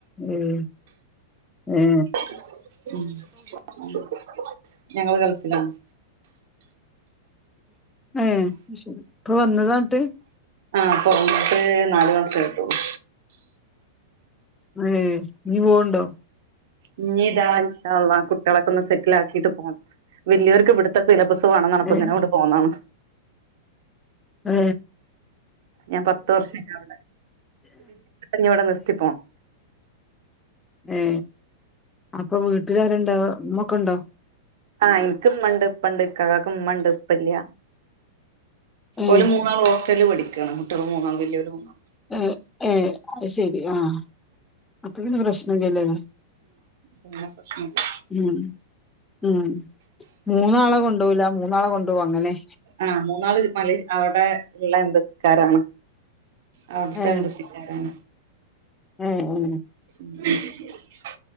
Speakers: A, on the left; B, on the right.
A: ഉം ഉം
B: <unintelligible> ഞങ്ങള് ഗൾഫിലാണ്
A: ഏ അയിശരി ഇപ്പൊ വന്നതാന്ന്ട്ട്
B: ആ ഇപ്പ വന്ന്ട്ട് നാലു മാസായിട്ടോള്ളു
A: ഏ ഇഞ് പോവ്ണ്ടോ
B: ഇഞ്ഞ് ഇതാ ഇൻശാല്ലാഹ്‌ കുട്ടികളൊക്കെന്ന് സെറ്റിൽ ആക്കിട്ട് പോണം വലിയർക്ക് ഇവിടുത്തെ സിലബസ് വേണന്നറഞ്ഞപ്പോ
A: ഏഹ്
B: ഇങ്ങനങ്ങട് പോന്നാണ്
A: ഏ
B: ഞാൻ പത്ത് വർഷായി അവടെ <unintelligible> ഇവിടെ നിർത്തി പോണം
A: ഏ അപ്പൊ വീട്ടിലാരാണ്ടാവാ ഇമ്മൊക്കെ ഇണ്ടോ
B: ആ ഇൻക്ക് ഇമ്മണ്ട് ഇപ്പണ്ട് ഇക്കാകാക്ക് ഇമ്മണ്ട് ഇപ്പല്ല്യ
A: ഏഹ്
B: ഓല് മൂന്നാളും ഹോസ്റ്റലില് പഠിക്കാണ് കുട്ടിള് മൂന്നാളും വല്ല്യൊര് മൂന്നാളും
A: ഏ ഏ അയ്ശെരി ആ അപ്പൊ പിന്നെ പ്രശ്നല്ല്യല്ലലേ
B: <unintelligible>
A: ഉം ഉം മൂന്നാളെ കൊണ്ടോവുല്ല മൂന്നാളെ കൊണ്ടോവും അങ്ങനെ
B: ആഹ് മൂന്നാള് മല അവിടെ ഇള്ള എംബസിക്കാരാണ് അവിടുത്തെ
A: ഏ
B: എംബസിക്കാരാണ്
A: ഏ ഏ
B: <unintelligible>